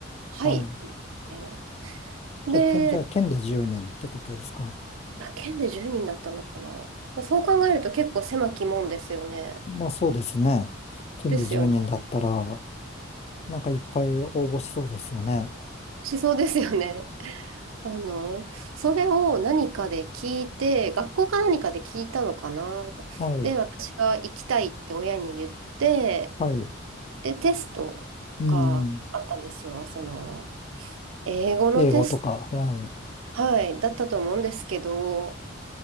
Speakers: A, on the right; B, on the left.
A: はい、
B: はい。
A: ですね。で
B: じゃあ、県、じゃあ、県で10人ってことですか。
A: あ、県で10人だったのかな。まあそう考えると結構狭き門ですよね。
B: まあ、そうですね。県で10人だったら、
A: ですよね。
B: なんかいっぱい応募しそうですよね。
A: しそうですよね。あの、それを何かで聞いて、学校か何かで聞いたのかな。
B: はい。
A: で、私が行きたいって親に言って、
B: はい。
A: で、テストがあったんですよ。
B: うん。
A: その、英語のテス
B: 英語とか。はい。
A: ト、はい、だったと思うんですけど、